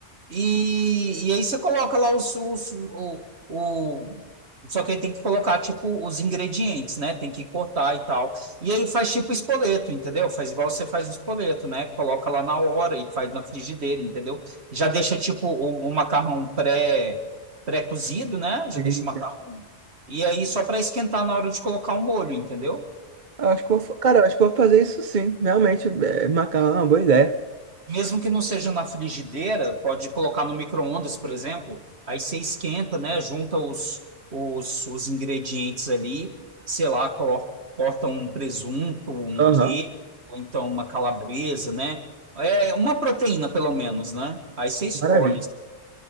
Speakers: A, on the right; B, on the right.
A: E, e aí você coloca lá os, os- o, o- Só que aí tem que colocar, tipo, os ingredientes, né? Tem que cortar e tal. E aí faz tipo espoleto, entendeu? Faz igual você faz o espoleto, né? Coloca lá na hora e faz na frigideira, entendeu? Já deixa, tipo, o, o macarrão pré, pré-cozido, né? Já
B: Sim,
A: deixa o
B: sim.
A: macarrão. E aí só para esquentar na hora de colocar o molho, entendeu?
B: Eu acho que vou, fa- cara, eu acho que vou fazer isso sim. Realmente, é, macarrão é uma boa ideia.
A: Mesmo que não seja na frigideira, pode colocar no micro-ondas, por exemplo. Aí você esquenta, né? Junta os, os, os ingredientes ali, sei lá, colo- corta um presunto, um
B: Aham.
A: queijo, ou então uma calabresa, né? É uma proteína, pelo menos, né? Aí você escolhe.
B: Maravilha.